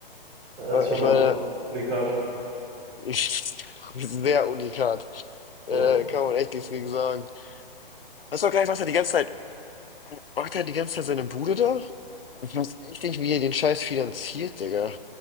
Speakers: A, on the right; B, on the left.
A: Das
B: äh,
A: ist schon
B: ich meine,
A: auch ein Unikat.
B: ich, sehr unikat. Äh,
A: Ja,
B: kann man echt nichts gegen sagen. Weißt du auch gar nicht, was er die ganze Zeit, macht er die ganze Zeit seine Bude da? Ich weiß echt nicht, wie er den Scheiß finanziert, Digga.